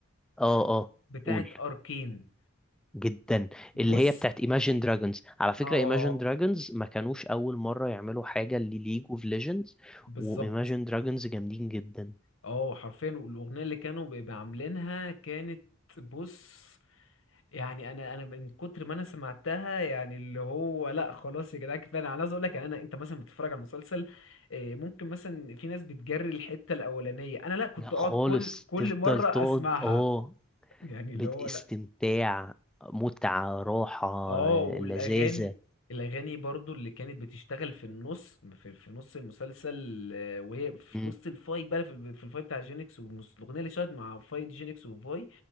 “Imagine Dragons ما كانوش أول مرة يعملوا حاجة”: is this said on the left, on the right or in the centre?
Centre